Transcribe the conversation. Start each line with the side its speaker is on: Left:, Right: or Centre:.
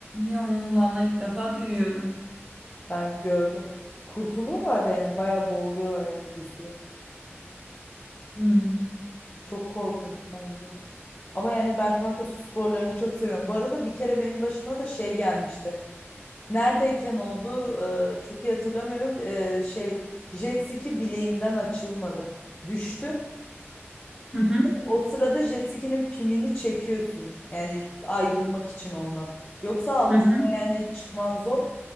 Right: Yo, vallahi ilk defa duyuyorum.
Left: Ben gördüm. Kurtuluyorlar da yani bayağı boğuluyorlar yani bir süre.
Right: Hmm.
Left: Çok korkunç bence. Ama yani ben kanka su sporlarını çok seviyorum. Bu arada bir kere benim başıma da şey gelmişti. Neredeyken oldu e, çok iyi hatırlamıyorum. E, şey jet ski bileğimden açılmadı. Düştüm.
Right: Hı hı,
Left: O sırada jet ski'nin pimini çekiyorsun. Yani ayrılmak için ondan. Yoksa altında
Right: hı hı,
Left: yani çıkman zor.